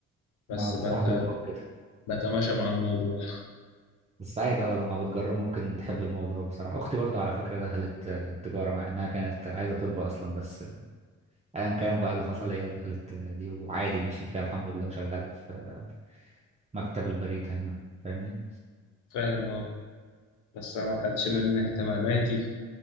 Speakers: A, on the left; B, on the right.
A: بس
B: ما بصراحة
A: بت...
B: كلهم كده
A: بتماشى مع الموضوع
B: بس عادي اه لما بتجرب ممكن تحب الموضوع بصراحة اختي برضو على فكرة دخلت آه، تجارة مع انها كانت عايزة طب اصلا بس آه، ايا كان بقى اللي حصل هي دخلت آه، دي وعادي مشيت فيها الحمد لله وشغالة في آه، مكتب البريد هنا فاهمني
A: <laughs> فاهم أه بس أنا ما كانتش من اهتماماتي